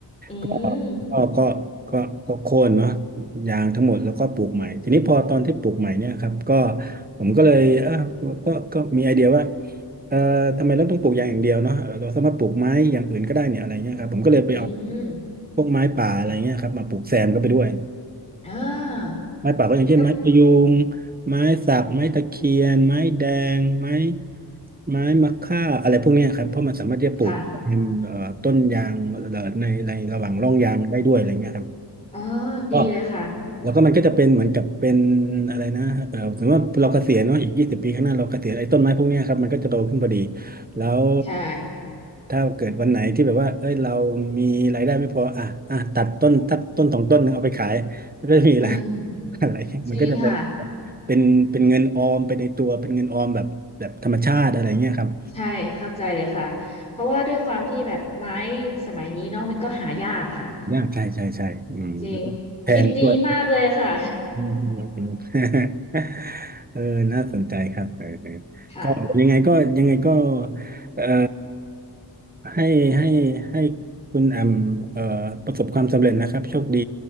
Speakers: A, on the left (about 15°); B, on the right (about 20°).
A: อืม
B: ก็ก็ก็ก็ก็โค่นเนาะยางทั้งหมดแล้วก็ปลูกใหม่ทีนี้พอตอนที่ปลูกใหม่เนี่ยครับก็ผมก็เลยเออก็ก็มีไอเดียว่าเอ่อทำไมเราต้องปลูกยางอย่างเดียวเนาะเราสามารถปลูกไม้อย่างอื่นก็ได้เนี่ยอะไรเงี้ยครับผมก็เลยไปเอา
A: อืม
B: พวกไม้ป่าอะไรเงี้ยครับมาปลูกแซมเข้าไปด้วย
A: อ่า
B: ไม้ป่าก็อย่างเช่นไม้พะยูง
A: แล
B: ไม้สักไม้ตะเคียนไม้แดงไม้ไม้มะค่าอะไรพวกเนี้ยครับเพราะมันสามารถที่จะปลูกเต็มเอ่อต้นยางเอ่อในในระหว่างร่องยางได้ด้วยอะไรเงี้ยครับ
A: ค่ะอ๋อ ดีเลยค่ะ
B: ก็แล้วก็มันก็จะเป็นเหมือนกับเป็นอะไรนะเออสมมติว่าเราเกษียณเนาะอีกยี่สิบปีข้างหน้าเราเกษียณไอ้ต้นไม้พวกเนี้ยครับมันก็จะโตขึ้นพอดีแล้ว
A: ใช่
B: ถ้าเกิดวันไหนที่แบบว่าเอ้ยเรามีรายได้ไม่พออ่ะอ่ะตัดต้นตัดต้นสองต้นหนึ่งเอาไปขายมันก็จะมีอะไร
A: อืม
B: <laughs> อะไรเงี้ยมันก็จะเป็น
A: จริงค่ะ
B: เป็นเป็นเงินออมไปในตัว เป็นเงินออมแบบแบบธรรมชาติอะไรเงี้ยครับ
A: ใช่ เข้าใจเลยค่ะ เพราะว่าด้วยความที่แบบไม้สมัยนี้เนาะมันก็หายากค่ะ
B: ยากใช่ใช่ใช่อืม
A: จริง
B: แพงด้วย
A: คิดดีมากเลยค่ะ
B: อืมอืมอืม <laughs> เออน่าสนใจครับเออเออก็ยังไงก็ยังไงก็
A: <laughs> ค่ะ
B: เอ่อให้ให้ให้คุณแอมเอ่อประสบความสำเร็จนะครับโชคดี